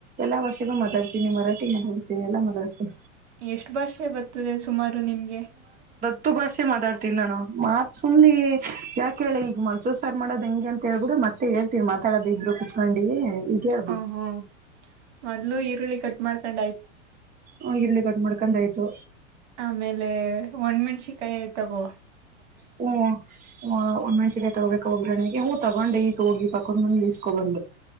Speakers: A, on the right; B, on the right.
A: ಎಲ್ಲ ಭಾಷೆನು ಮಾತಾಡ್ತೀನಿ ಮರಾಠ ಮಾತಾಡ್ತೀನಿ ಎಲ್ಲಾ ಮಾತಾಡ್ತೀನಿ.
B: ಎಷ್ಟು ಭಾಷೆ ಬರ್ತದೆ ಸುಮಾರು ನಿಮ್ಗೆ.
A: ತ್ತು ಭಾಷೆ ಮಾತಾಡ್ತೀನಿ ನಾನು ಮತ್ ಸುಮ್ನೆ ಯಾಕ ಹೇಳೆ ಈಗ ಮನ್ಸೂ ಸಾರ್ ಮಾಡೋದ್ ಹೆಂಗೆ ಅಂತ ಹ ಹೇಳಿಬಿಡ ಮತ್ತೆ ಹೇಳ್ತೀಿ ಮಾತಾಡೋದು ಇದ್ರು ಕುತ್ಕೊಂಡಿ. ಈಗ ಹೇಳ್ಬಿಡು
B: ಹ ಹ್ಮ ಮೊದ್ಲು ಈರುಳ್ಳಿ ಕಟ್ ಮಾಡ್ <inaudible>
A: ಹ ಇಲ್ಲಿ ಬಟ್. ಮುಡ್ಕೊಂಡ ಆಯ್ತು.
B: ಆಮೇಲೆ ಒಣ್ ಮೆಣಷಿಕಾಯಿ ತೊಗೊ.
A: ಹ್ಮ ಒಂದ್ ಮೆನಸಿಕಾಯ ತೊಗೋಬೇಕ ಒಗ್ಗ ರಣೆಗೆ ತಗೊಂಡು ಈ ಹೋಗಿ ಪಕ್ಕದ ಮನೆಗ ಇಸ್ಕೊ ಬಂದೆ.